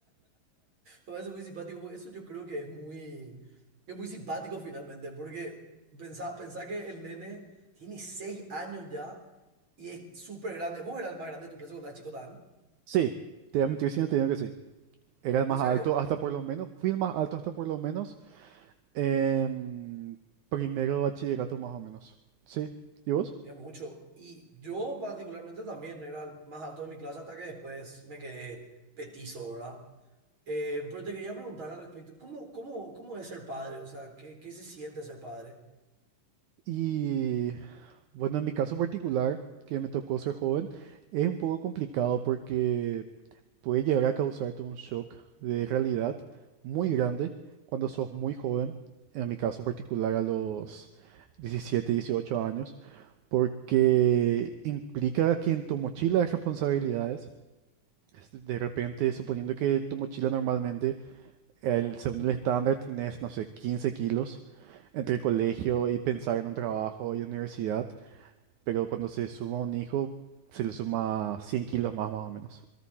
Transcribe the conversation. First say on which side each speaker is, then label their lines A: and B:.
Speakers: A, on the right; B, on the right.
A: Me parece muy simpático, porque eso yo creo que es muy, es muy simpático finalmente, porque pensá, pensá que el nene tiene seis años ya y es súper grande. Vos eras el más grande de tu clase cuando eras chico, tan.
B: Sí, te voy a mentir si no te digo que sí. Era el más
A: En serio,
B: alto hasta por lo menos, fui el más alto hasta por lo menos em, primero de bachillerato más o menos. Sí, ¿y vos?
A: es mucho. Y yo particularmente también era el más alto de mi clase hasta que después me quedé petizo, ¿verdad? Eh, pero te quería preguntar al respecto, ¿cómo, cómo, cómo es ser padre? O sea, ¿qué, qué se siente ser padre?
B: Y bueno, en mi caso particular, que me tocó ser joven, es un poco complicado porque puede llegar a causarte un shock de realidad muy grande cuando sos muy joven, en mi caso particular a los 17, 18 años, porque implica que en tu mochila hay responsabilidades Es- De repente, suponiendo que tu mochila normalmente, el, según el estándar, tenés, no sé, 15 kilos entre colegio y pensar en un trabajo y universidad, pero cuando se suma un hijo, se le suma 100 kilos más, más o menos.